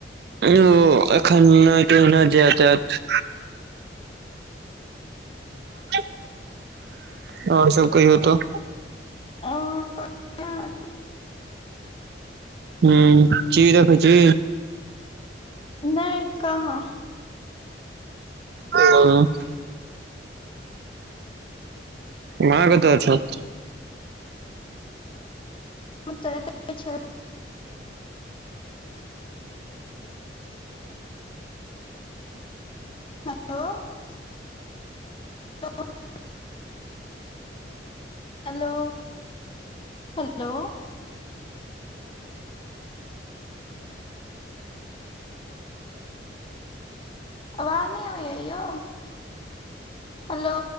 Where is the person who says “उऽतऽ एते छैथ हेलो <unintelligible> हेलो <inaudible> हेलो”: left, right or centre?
Left